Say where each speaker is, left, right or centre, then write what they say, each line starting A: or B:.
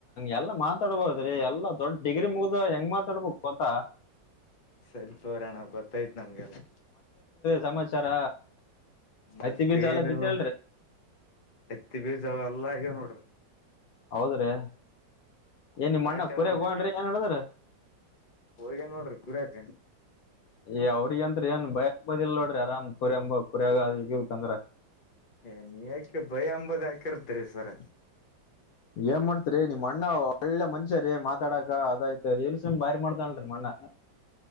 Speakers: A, on the left; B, on the left.
A: ಎಲ್ಲಾ ಮಾತಾಡ್ಬದ್ರಿ ಎಲ್ಲಾ ದೊಡ್ ಡಿಗ್ರಿ ಮುಗ್ದ ಹೆಂಗ್ ಮಾತಾಡ್ಬೇಕ ಗೊತ್ತಾ
B: ಸರಿ ತೋರಿ ಅಣ್ಣ ಗೊತ್ತಾಯ್ತ್ ನಮ್ಗೆಲ್ಲ
A: ಸಮಚಾರ
B: ಮತ್ತೇನಿಲ್ಲ
A: ಹತ್ತಿ ಬೀಜಾ ಎಲ್ಲಾ ಬಿತ್ಯವಲ್ಲರಿ
B: ಹತ್ತಿ ಬೀಜಾ ಅವೆಲ್ಲಾ ಆಗ್ಯವ ನೋಡ್ರಿ
A: ಹೌದ್ರೆ ಏನ್ ನಿಮ್ಮ
B: ನಾಟ್ಯ
A: ಅಣ್ಣ ಕುರಿರ
B: ನೋಡ್ರಿ
A: ಹೋಗಣ ಏನ್ ಹೇಳದ್ರ
B: ಹೋಗ್ಯ ನೋಡ್ರಿ ಕುರ್ಯಾಕ
A: ಹೇ ಅವ್ರಿಗೆಂತ ಏನ್ ಭಯ ಬದಿಲ್ಲೋ ಆರಾಮ್ ಕುರಿಯಂಬ <inaudible> ಈ ಗಂದ್ರ
B: ಹೇ ನೀ ಯಾಕೆ ಭಯ ಅಂಬುದು ಯಾಕೆ ಇರುತ್ತೆ ಸರ
A: ಏನ್ ಮಾಡ್ತರಿ ನಿಮ್ ಅಣ್ಣ ಒಳ್ಳೆ ಮನ್ಷ್ಯ ರೀ ಮಾತಾಡಾಕ ಅದಾಯ್ತಲ್ಸಮ ಬಾರಿ ಮಾಡ್ತಾರಿ ಅಣ್ಣ